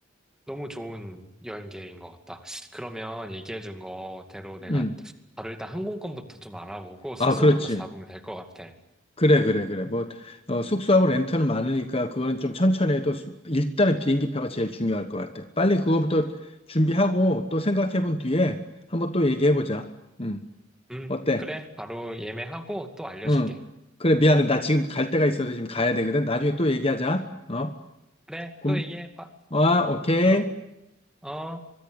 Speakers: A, in the centre; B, on the left.
A: 너무 좋은 여행 계획인 것 같다. 그러면 얘기해준 거대로 내가
B: 음.
A: 바로 일단 항공권부터 좀 알아보고 숙소부터
B: 아, 그렇지.
A: 잡으면 될 것 같아.
B: 그래, 그래, 그래. 뭐, 어, 숙소하고 렌트는 많으니까 그거는 좀 천천히 해도 수- 일단은 비행기표가 제일 중요할 것 같아. 빨리 그거부터 준비하고 또 생각해 본 뒤에 한번 또 얘기해 보자. 음,
A: 음,
B: 어때?
A: 그래. 바로 예매하고 또 알려줄게.
B: 응. 그래, 미안해. 나 지금 갈 데가 있어서 지금 가야 되거든. 나중에 또 얘기하자. 어?
A: 그래.
B: 그
A: 또 얘기해봐.
B: 아, 오케이.
A: 어, 어.